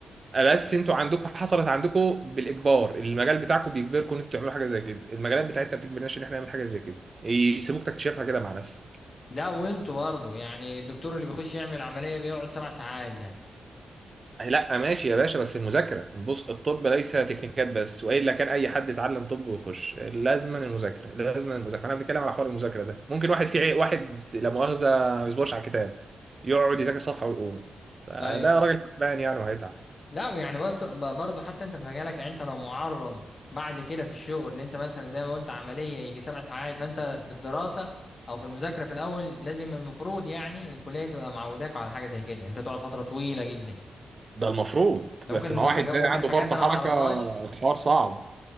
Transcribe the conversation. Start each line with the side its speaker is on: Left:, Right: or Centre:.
Right: بس انتوا عندكم حصلت عندكم بالاجبار المجال بتاعكم بيجبركم ان انتوا تعملوا حاجه زي كده المجالات بتاعتنا ما بتجبرناش ان احنا نعمل حاجه زي كده يسيبوك تكتشفها كده مع نفسك
Left: لا وانتوا برضه يعني الدكتور اللي بيخش يعمل عملية بيقعد سبع ساعات ده
Right: أي لا ماشي يا باشا بس المذاكره بص الطب ليس تكنيكات بس والا كان اي حد يتعلم طب ويخش لازما المذاكره لازما المذاكره انا بنتكلم على حوار المذاكره ده ممكن واحد في عي- واحد لا مؤاخذه ما بيصبرش على الكتاب يقعد يذاكر صفحه ويقوم فده
Left: ايوه
Right: راجل تعبان يعني وهيتعب
Left: لا يعني بس ب- برضه حتى انت في مجالك يعني انت لو معرض بعد كده في الشغل ان انت مثلا زي ما قلت عملية يجي سبع ساعات فانت في الدراسة او في المذاكرة في الاول لازم المفروض يعني الكلية تبقى معوداك على حاجة زي كده انت تقعد فترة طويلة جدا
Right: ده المفروض
Left: ده
Right: بس
Left: ممكن
Right: مع واحد
Left: حاجة
Right: زي
Left: ممكن
Right: عنده
Left: حاجات
Right: فرط
Left: انا
Right: حركه
Left: ما اعرفهاش
Right: الحوار صعب